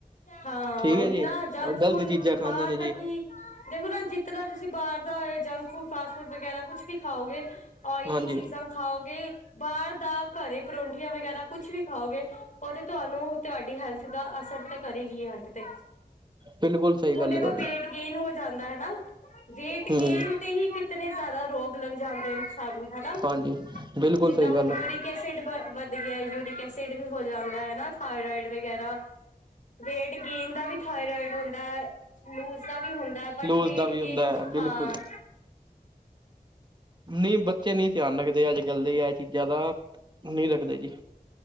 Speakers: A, on the left; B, on the right.
A: ਹਾਂ
B: ਠੀਕ
A: ਓਹੀ
B: ਹੈ ਜੀ
A: ਨਾ ਜੰਕ ਫੂਡ
B: ਗ਼ਲਤ ਚੀਜ਼ਾਂ ਖਾਂਦੇ
A: ਬਾਰ
B: ਨੇ
A: ਦਾ
B: ਜੀ
A: ਕੀ ਦੇਖੋ ਨਾ, ਜਿਤਨਾ ਤੁਸੀਂ ਬਾਰ ਦਾ ਜੰਕ ਫੂਡ ਫਾਸਟ ਫੂਡ ਵਗੈਰਾ ਕੁਛ ਵੀ ਖਾਓਗੇ ਓਇਲੀ
B: ਹਾਂਜੀ
A: ਚੀਜ਼ਾਂ ਖਾਓਗੇ ਬਾਰ ਦਾ ਘਰੇ ਪਰੌਠੀਆਂ ਵਗੈਰਾ ਕੁਛ ਵੀ ਖਾਓਗੇ, ਓ ਤੇ ਤੁਆਨੂੰ ਤੁਆਡੀ ਹੈਲਥ ਦਾ ਅਸਰ ਤੇ ਕਰੇਗੀ ਹੈਲਥ ਤੇ,
B: ਬਿਲਕੁਲ ਸਹੀ
A: ਹੁਨ
B: ਗੱਲ
A: ਦੇਖੋ
B: ਹੈ ਤੁਹਾਡੀ
A: ਵੇਟ ਗੇਨ ਹੋ ਜਾਂਦਾ ਹਨਾ। ਵੇਟ
B: ਹਮ
A: ਗੇਨ ਤੇ ਈ ਕਿਤਨੇ ਜਾਦਾ ਰੋਗ ਲੱਗ ਜਾਂਦੇ ਨੇ ਇਨਸਾਨ ਨੂੰ ਹਨਾ।
B: ਹਾਂਜੀ ਬਿਲਕੁਲ
A: ਜਿੱਦਾਂ
B: ਸਹੀ
A: ਹੁਨ
B: ਗੱਲ ਹੈ।
A: ਯੂਰਿਕ ਐਸਿ ਡ ਵੱਧ ਗੇਆ, ਯੂਰਿਕ ਐਸਿਡ ਵੀ ਹੋ ਜਾਂਦਾ ਐ ਹਨਾ ਥਾਇਰਾਇਡ ਵਗੈਰਾ ਵੇਟ ਗੇਨ ਦਾ ਵੀ ਥਾਇਰਾਇਡ ਹੁੰਦਾ, ਲੂਜ ਦਾ ਵੀ ਹੁੰ ਦਾ ਬਟ
B: ਲੂਜ
A: ਵੇਟ
B: ਦਾ ਵੀ
A: ਗੇਨ
B: ਹੁੰਦਾ ਹੈ ਬਿਲਕੁਲ
A: ਹਾਂ
B: ਨਈਂ ਬੱਚੇ ਨਈਂ ਧਿਆਨ ਰੱਖਦੇ ਅੱਜ-ਕੱਲ ਦੇ ਐ ਚੀਜ਼ਾਂ ਦਾ, ਨਈਂ ਰੱਖਦੇ ਜੀ।